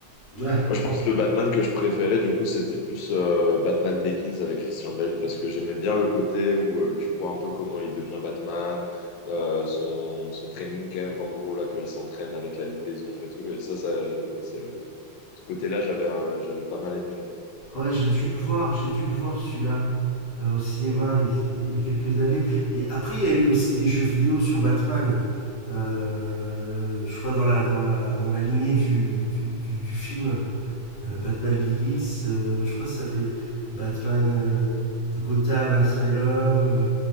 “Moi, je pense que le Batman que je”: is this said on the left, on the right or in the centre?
Left